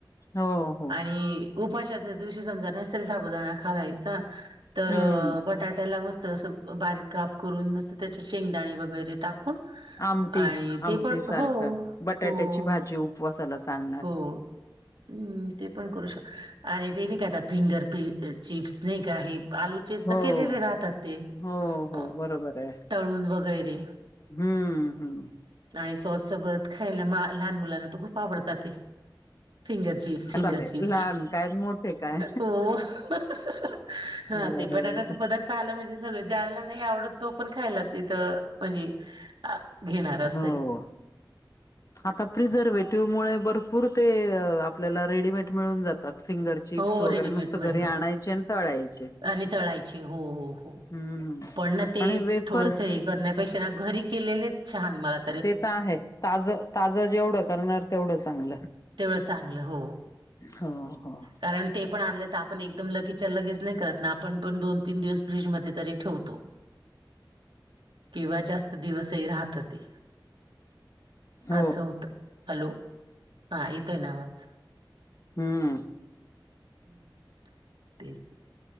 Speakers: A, on the left; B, on the right.
A: हो, हो.
B: आणि उपाशाच्या दिवशी समजा नसतरी साबुदाणा खालायचा तर
A: हं.
B: बटाट्याला मस्त अस बारीक काप करून मस्त त्याचे शेंगदाणे वगैरे टाकून
A: आमटी,
B: आणि ते
A: आमटी
B: पण
A: सारखं
B: हो.
A: बटाट्याची
B: हो
A: भाजीउ. उपवासाला चाल
B: हो हम्म ते पण करू शक आणि ते नाही का आता फिंगर पील अ चिप्स नाही का हे. आलूचेच
A: हो.
B: तर केलेले राहतात ते
A: हो, हो
B: अ
A: बरोबर आहे.
B: तळून वगैरे.
A: हम्म हम्म.
B: आणि सॉससोबत खायला लहान मुलांना तर खूप आवडतात ते. फिंगर चिप्स फिंगर
A: चालेल
B: चिप्स
A: लहान काय मोठे काय
B: हो. <unintelligible> हा
A: बरोबर
B: ते बटाट्याचा पदार्थ आला म्हणजे सगळ ज्याला नाही आवडत तो पण खायला तिथं म्हणजे अ घेणार असये.
A: हो. आता प्रिझर्वेटिव्ह मुळे भरपूर ते आपल्याला रेडीमेड मिळून जातात फिंगर चिप्स
B: हो
A: वगैरे
B: रेडीमेड
A: नुसतं
B: मिळत
A: घरी आणायचे आणि तळायचे
B: आणि तळायची हो हो हो.
A: हम्म
B: पण ना ते
A: आणि वेफर्स
B: थोडस हे करण्यापेक्षा ना घरी केलेलेच छान मला त
A: ते तर आहे ताज- ताज जेवढं करणार तेवढं चांगलं.
B: तेवढं चांगलं हो
A: हो, हो,
B: कारण ते पण आणल तर आपण एकदम ल तीच लगेच नाय करत ना आपण पण दोन तीन दिवस फ्रीज मधी तरी ठेवतो. किंवा जास्त दिवसही राहत ते
A: हो
B: असं होतं हॅलो हा येतोय ना आवाज
A: हम्म
B: हं तेच ते